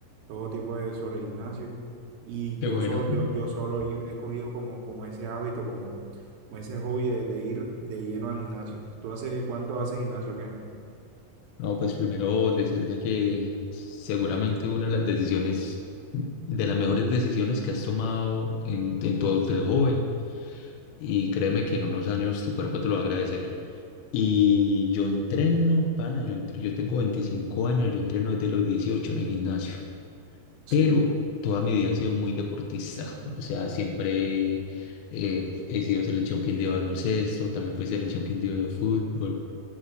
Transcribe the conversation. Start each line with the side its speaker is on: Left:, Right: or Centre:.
Right: todo tipo de sobre gimnasio. Y yo,
Left: qué bueno.
Right: sol- yo, yo solo he he cogido como, como ese hábito, como, como ese hobby de, de ir de lleno al gimnasio. ¿Tú hace cuánto haces gimnasio? o ¿Qué?
Left: No, pues primero decirte que seguramente una de las decisiones, de las mejores decisiones que has tomado en, en tu adultez joven y créeme que en unos años tu cuerpo te lo va a agradecer. Y yo entreno, pana, yo, entre- yo tengo 25 años, yo entreno desde los 18 en el gimnasio.
Right: Sí,
Left: pero toda mi vida he sido muy deportista. O sea, siempre eh, he sido selección quindío de baloncesto, también fui selección quindío de fútbol.